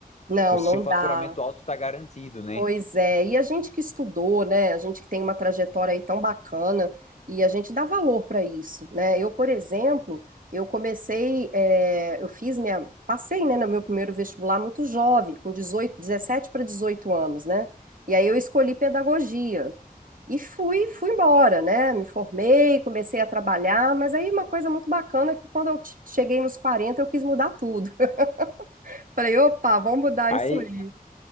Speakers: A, on the right; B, on the left.
A: Não,
B: o seu
A: não
B: faturamento
A: dá.
B: alto está garantido, né?
A: Pois é, e a gente que estudou, né? A gente que tem uma trajetória aí tão bacana e a gente dá valor para isso, né? Eu, por exemplo, eu comecei, é, eu fiz minha, passei, né, no meu primeiro vestibular muito jovem, com 18 17 para 18 anos, né? E aí eu escolhi pedagogia e fui, fui embora, né? Me formei, comecei a trabalhar, mas aí uma coisa muito bacana é que quando eu t- cheguei nos 40 eu quis mudar tudo. <laughs> Falei, opa, vamos mudar
B: Aí,
A: isso aí